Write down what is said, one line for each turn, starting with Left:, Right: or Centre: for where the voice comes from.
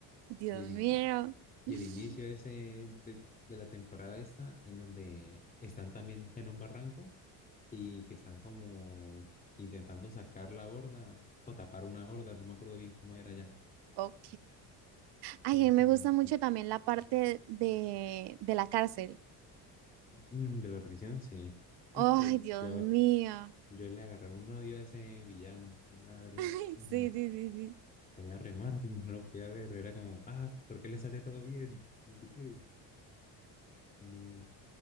Right: Dios
Left: Y el, in-
Right: mío.
Left: y
Right: <laughs>
Left: el inicio ese de, de la temporada esta, en donde están también en un barranco y que están como intentando sacar la horda o tapar una horda, no me acuerdo bien cómo era ya,
Right: Ok. Ay,
Left: con un
Right: a
Left: camioncito.
Right: mí me gusta mucho también la parte de, de la cárcel.
Left: Mm, de la prisión, sí. Uy,
Right: Ay,
Left: pero
Right: Dios
Left: yo
Right: mío.
Left: Yo le agarré un odio a ese villano, mi madre.
Right: <laughs>
Left: Mm,
Right: Sí, sí, sí, sí.
Left: Me caía re mal, no lo podía ver. Era como, ah, ¿por qué le sale todo bien? ¿Por qué? No,